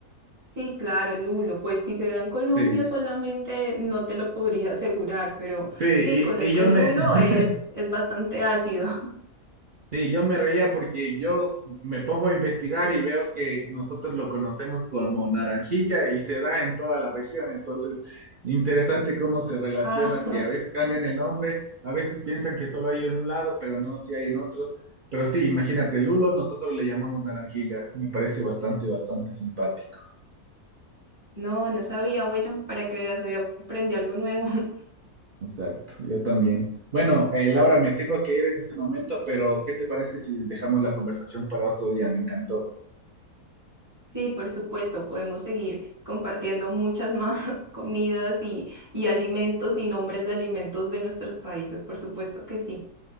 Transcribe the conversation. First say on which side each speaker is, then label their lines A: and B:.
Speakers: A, on the right; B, on the right.
A: Sí, claro, Lulo. Pues si se da en Colombia
B: Sí.
A: solamente no te lo podría <laughs> asegurar, pero
B: Sí,
A: sí, conozco
B: y, y yo
A: el
B: me,
A: Lulo,
B: <laughs>
A: es, es bastante ácido. <laughs>
B: sí, yo me reía porque yo me pongo a investigar y veo que nosotros lo conocemos como naranjilla y se da en toda la región. Entonces, interesante cómo se relaciona,
A: Ah,
B: que a veces
A: <laughs>
B: cambian el nombre, a veces piensan que solo hay en un lado, pero no, si hay en otros. Pero sí, imagínate, Lulo, nosotros le llamamos naranjilla. Me parece bastante, bastante simpático.
A: no, no sabía. Bueno, para que veas, hoy aprendí algo nuevo. <laughs>
B: Exacto, yo también. Bueno, eh, Laura, me tengo que ir en este momento, pero ¿qué te parece si dejamos la conversación para otro día? Me encantó.
A: Sí, por supuesto, podemos seguir compartiendo muchas más <laughs> comidas y, y alimentos y nombres de alimentos de nuestros países, por supuesto que sí.